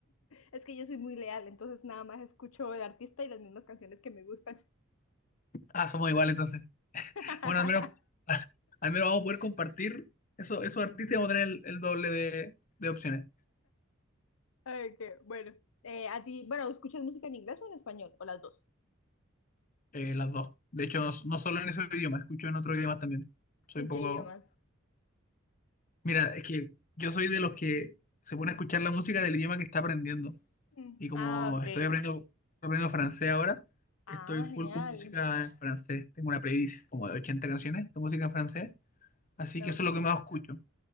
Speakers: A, on the left; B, on the left.
A: Es que yo soy muy leal, entonces nada más escucho el artista y las mismas canciones que me gustan.
B: Ah, somos iguales entonces.
A: <laughs>
B: Bueno, al menos Al menos vamos a poder compartir eso, esos artistas y vamos a tener el, el doble de, de opciones,
A: Ok, bueno. Eh, a ti, bueno, ¿escuchas música en inglés o en español? ¿O las dos?
B: eh, las dos. De hecho, no, no solo en ese idioma, escucho en otros idiomas también. Soy
A: ¿En
B: un poco...
A: qué idiomas?
B: Mira, es que yo soy de los que se pone a escuchar la música del idioma que está aprendiendo.
A: Mm,
B: Y como
A: Ah, ok.
B: estoy aprendiendo, estoy aprendiendo francés ahora,
A: Ah,
B: estoy full
A: genial.
B: con música en francés. Tengo una playlist como de 80 canciones de música en francés. Así
A: No,
B: que eso
A: Ok.
B: es lo que más escucho,